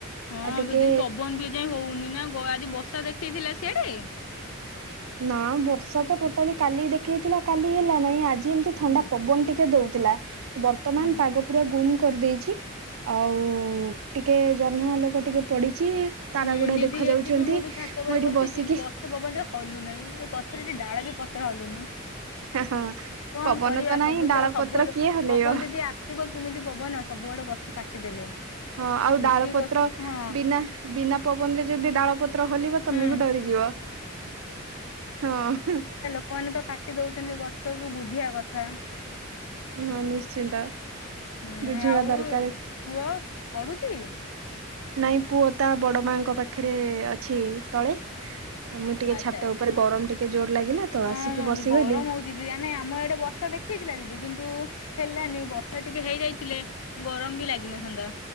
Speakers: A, on the left; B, on the right.
A: ହଁ
B: ଆଉ ଟିକେ
A: ଦିଦି ପବନ ବି ଏ ଯାଏ ହଉନି ନା ଆଜି ବର୍ଷା ଦେଖେଇଥିଲା ସିଆଡେ
B: ନା ବର୍ଷା ତ ଟୋଟାଲି କାଲି ଦେଖେଇଥିଲା କାଲି ହେଲା ନାହିଁ ଆଜି ଯେମତି ଥଣ୍ଡା
A: ହୁଁ
B: ପବନ ଟିକେ ଦଉଥିଲା ବର୍ତ୍ତମାନ
A: ହୁଁ
B: ପାଗ ପୁରା ଗୁମ କରିଦେଇଛି। ଆଉ ଟିକେ ଜହ୍ନ ଆଲୋକ ଟିକେ ପଡିଛି। ତାରା
A: ହୁଁ
B: ଗୁଡା
A: ଦିଦି
B: ଦେଖା ଯାଉଛନ୍ତି
A: ଏଠି ବି ମୁଁ ବି ଛାତ ଉପରେ
B: ମୁଁ ଏଠି
A: ବସିଛି
B: ବସିକି
A: ଗ ଛ ପବନ ଟିକେ ହଲୁ ନାହିଁ ଏ ଗଛରେ ଟେ ଡାଳ ବି ପତ୍ର ହଲୁନି
B: ହଁ
A: କଣ
B: ପବନ
A: କରିବା
B: ନାହିଁ
A: ସବୁ
B: ଡାଳ
A: ତ ସବୁଆଡୁ
B: ପତ୍ର କିଏ ହଲେଇବ
A: ପବନ ଦିଦି ଆସିବ କେମିତି ପବନ ସବୁ ଆଡେ ଗଛ କାଟିଦେଲେ।
B: ହଁ ଆଉ ଡାଳ
A: ଯେତିକି
B: ପତ୍ର
A: ଗଛରୁ ହଁ
B: ବିନା ବିନା ପବନରେ ଯଦି ଡାଳ ପତ୍ର ହଲିବ ତମେ
A: ହୁଁ
B: ବି ଡରିଯିବ ହଁ।
A: ସେମାନେ ତ କାଟି ଦଉଚନ୍ତି ଗଛକୁ ବୁଝିବା କଥା।
B: ହଁ ନିଶ୍ଚିନ୍ତ।
A: ହୁଁ
B: ବୁଝିବା
A: ଆଉ
B: ଦରକାର
A: ପୁଅ ପଢୁଚି?
B: ନାଇଁ ପୁଅ ତା ବଡମାଙ୍କ ପାଖରେ ଅ ଛି ତଳେ ଆଉ ମୁଁ ଟିକେ
A: ଆଚ୍ଛା
B: ଛାତ
A: ଆଚ୍ଛା
B: ଉପରେ ଗରମ ଟିକେ ଜୋର ଲାଗିଲା ତ
A: ହଁ
B: ଆସିକି
A: ମ ଏନ୍ତି
B: ବସିଗଲି
A: ଗରମ ହଉ ଦିଦି ନା ନାଇଁ ଆମ ଏଡେ ବର୍ଷା ଦେଖେଇଥିଲା ଦିଦି କିନ୍ତୁ ହେଲାନି ବର୍ଷା ଟିକେ ହେଇଯାଇଥିଲେ ଗରମ ବି ଲାଗିନଥାନ୍ତା